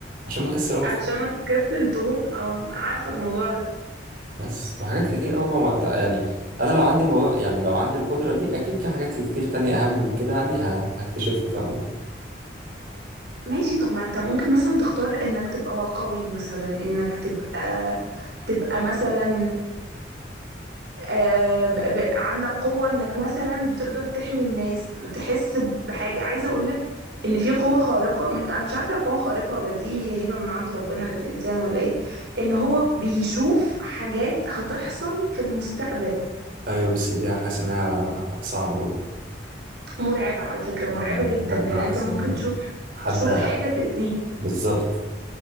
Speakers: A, on the right; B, on the right.
A: عشان مكسر أقوم أطفي
B: علشان ما تكسل تقوم اه عارفة الموضوع ده
A: بس وحاجات كتير أوي بقى ما أنت يعني أنا لو عندي مو... يعني لو عندي القدرة دي أكيد في حاجات كتير تانية أهم من كده يعني ه... هكتشفها فاهم
B: ماشي طب ما انت ممكن مثلا تختار انك تبقى قوي مثلا انك تبقى تبقى مثلا آه، ب- ب- عندك قوة انك مثلا بتقدر تحمي الناس تحس بحاجة عايزة اقولك ان في قوة خارقة م- انا مش عارفة هي قوة خارقة ولا دي هي هبة من عند ربنا للانسان ولا ايه ان هو بيشوف حاجات هتحصل في المستقبل
A: أيوه بس دي حاسس إنها صعبة أوي
B: مرعبة على فكرة مرعبة
A: آه،
B: جدا
A: بجد
B: لأن
A: أنا حاسس
B: أنت ممكن
A: إنها
B: تشوف
A: حد
B: تشوف حاجة تأذيه
A: بالظبط